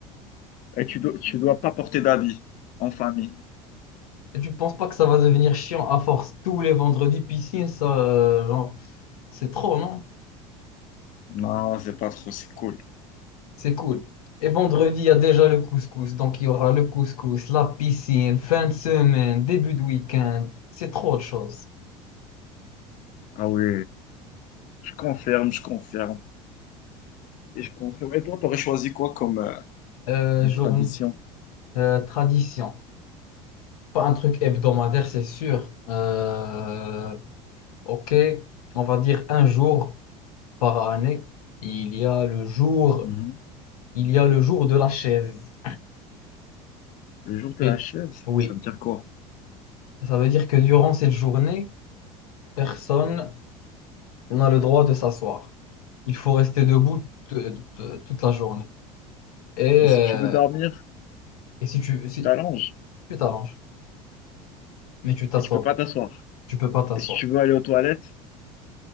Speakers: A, on the left; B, on the left.
A: Et tu dois, tu dois pas porter d'habits en famille.
B: Et tu penses pas que ça va devenir chiant à force tous les vendredis piscine, ça, euh, genre, c'est trop, non?
A: Non, c'est pas trop, c'est cool.
B: C'est cool. Et vendredi, il y a déjà le couscous. Donc, il y aura le couscous, la piscine, fin de semaine, début de week-end. C'est trop de choses.
A: Ah oui, je confirme, je confirme. Et je confirme. Et toi, t'aurais choisi quoi comme, euh,
B: Euh,
A: comme
B: journée,
A: tradition?
B: euh, tradition. Pas un truc hebdomadaire, c'est sûr. Euh, ok, on va dire un jour par année. Il y a le jour,
A: Mhm.
B: il y a le jour de la chaise.
A: Le jour de
B: Et
A: la chaise,
B: oui.
A: ça veut dire quoi?
B: Ça veut dire que durant cette journée, personne n'a le droit de s'asseoir. Il faut rester debout t- t- toute la journée. Et,
A: Et si
B: euh,
A: tu veux dormir?
B: et si tu si
A: tu t'allonges
B: tu t'arranges, mais tu t'assois
A: et tu peux pas
B: pas.
A: t'asseoir.
B: Tu peux pas t'asseoir.
A: Et si tu veux aller aux toilettes,